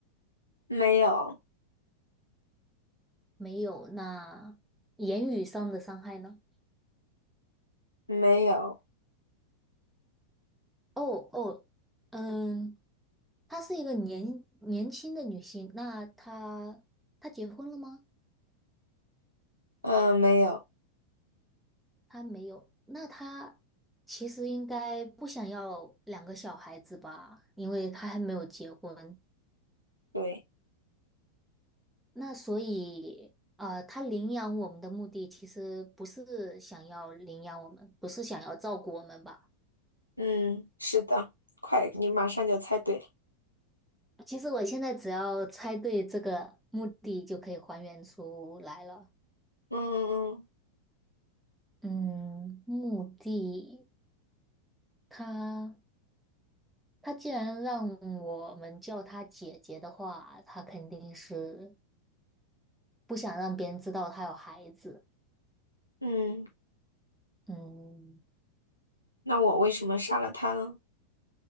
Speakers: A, on the left; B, in the centre.
A: 没有，
B: 没有，那言语上的伤害呢？
A: 没有，
B: 哦哦，嗯，她是一个年年轻的女性，那她她结婚了吗？
A: 嗯、没有，
B: 他没有，那他其实应该不想要两个小孩子吧，因为他还没有结婚。
A: 对，
B: 那所以，呃，他领养我们的目的其实不是想要领养我们，不是想要照顾我们吧？
A: 嗯，是的，快，你马上就猜对了。
B: 其实我现在只要猜对这个目的就可以还原出来了。
A: 嗯嗯
B: 嗯，目的他他既然让我们叫他姐姐的话，他肯定是不想让别人知道他有孩子。
A: 嗯嗯，
B: 嗯
A: 那我为什么杀了他呢？